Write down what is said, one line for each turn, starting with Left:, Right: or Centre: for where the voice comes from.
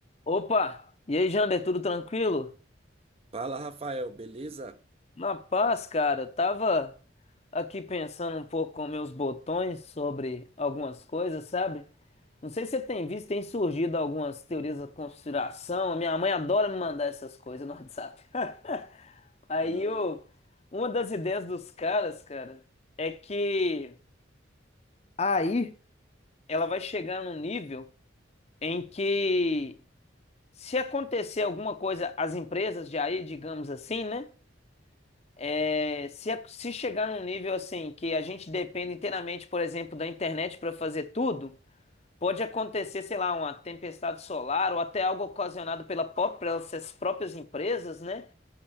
Left: Opa! E aí, Jander, tudo tranquilo?
Right: Fala, Rafael, beleza?
Left: Na paz, cara. Eu Tava aqui pensando um pouco com meus botões sobre algumas coisas, sabe? Não sei se você tem visto, tem surgido algumas teorias da conspiração. Minha mãe adora me mandar essas coisas no WhatsApp. <laughs> Aí,
Right: Ah,
Left: o- uma das ideias dos caras, cara, é que Aí, ela vai chegar num nível em que, se acontecer alguma coisa, as empresas de aí, digamos assim, né? É, se, a- se chegar num nível assim que a gente depende inteiramente, por exemplo, da internet para fazer tudo, pode acontecer, sei lá, uma tempestade solar ou até algo ocasionado pela pró- pelas próprias empresas, né?